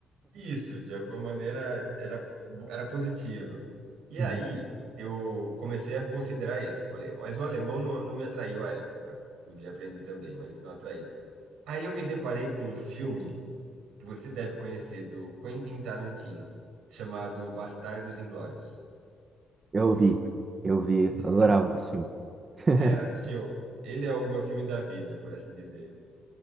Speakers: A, on the right (about 85°); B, on the right (about 35°).
A: Isso, de alguma maneira, era, era positivo. E aí
B: Uhum.
A: eu comecei a considerar isso. Eu falei, mas o alemão não, não me atraiu à época. Podia aprender também, mas não atraiu. Aí eu me deparei com um filme que você deve conhecer do Quentin Tarantino, chamado Bastardos Inglórios.
B: Eu vi, eu vi,
A: Já-
B: adorava esse filme. <laughs>
A: É, assistiu? Ele é o meu filme da vida, por assim dizer.